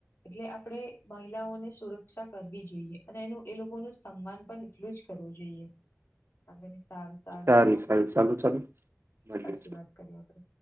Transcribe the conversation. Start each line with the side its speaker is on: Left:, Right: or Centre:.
Left: એટલે આપણેે મહિલાઓને સુરક્ષા કરવી જોઈએ. અને એનું એ લોકો ને સન્માન પણ એટલું જ કરવું જોઈએ. આગળ સારું સારું
Right: સારી
Left: ચલો.
Right: સારી ચાલુ ચાલુ મળીએ
Left: પછી વાત કરીએ આપડે.